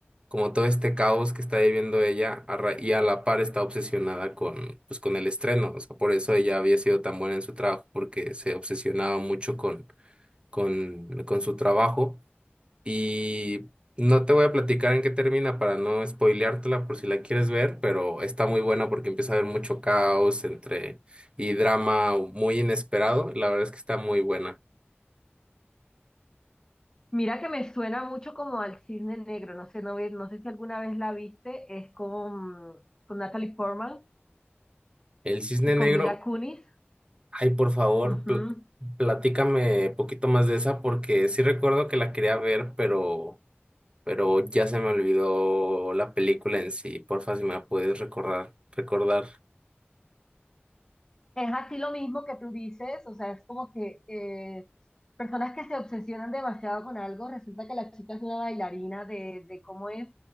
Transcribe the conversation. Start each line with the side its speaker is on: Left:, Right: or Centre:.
Right: como todo este caos que está viviendo ella a ra- y a la par está obsesionada con, pues, con el estreno. O sea, por eso ella había sido tan buena en su trabajo, porque se obsesionaba mucho con, con, con su trabajo. Y no te voy a platicar en qué termina para no spoileártela por si la quieres ver, pero está muy buena porque empieza a haber mucho caos entre y drama muy inesperado. La verdad es que está muy buena.
Left: Mira que me suena mucho como al Cisne Negro, no sé, no, ve- no sé si alguna vez la viste, es con, con Natalie Portman
Right: El Cisne
Left: y con
Right: Negro.
Left: Mila Kunis.
Right: Ay, por favor,
Left: Ujú.
Right: pl- platícame poquito más de esa porque sí recuerdo que la quería ver, pero, pero ya se me olvidó la película en sí. Porfa, si me la puedes recordar, recordar.
Left: Es así lo mismo que tú dices, o sea, es como que eh, personas que se obsesionan demasiado con algo, resulta que la chica es una bailarina de, de cómo es,